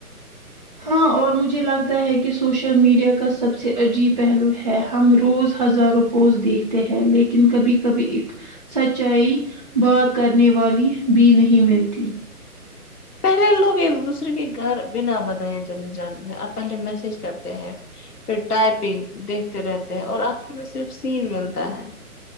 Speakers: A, on the right (about 30°); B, on the left (about 75°).
A: ہاں اور مجھے لگتا ہے کہ سوشل میڈیا کا سب سے عجیب پہلو ہے ہم روز ہزاروں پوز دیکھتے ہیں لیکن کبھی کبھی ایک سچائی بات کرنے والی بھی نہیں ملتی
B: ارے ہم لوگ ایک دوسرے کے گھر بنا بتایا چلنے جاتے تھے آپ پہلے میسج کرتے ہیں پھر ٹائپنگ دیکھتے رہتے ہیں اور آخری میں صرف سین ملتا ہے